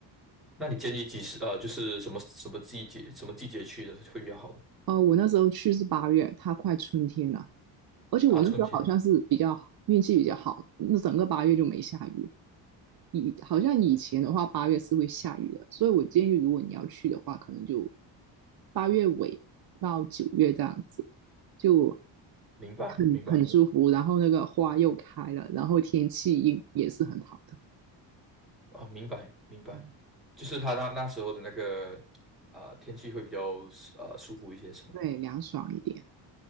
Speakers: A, in the centre; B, on the right.
A: 那你建议几时？呃，就是什么什么季节，什么季节去的会比较好呢
B: 呃，我那时候去是八月，它快春天了，而且我那时候好像是比较运气比较好，
A: 啊，春天，
B: 那整个八月就没下雨。以好像以前的话，八月是会下雨的，所以我建议如果你要去的话，可能就八月尾到九月这样子，就
A: 明白明白。
B: 很很舒服。然后那个花又开了，然后天气也也是很好的，
A: 哦，明白明白，
B: 啊
A: 就是他那那时候的那个呃天气会比较呃舒服一些，是吗？
B: 对，凉爽一点。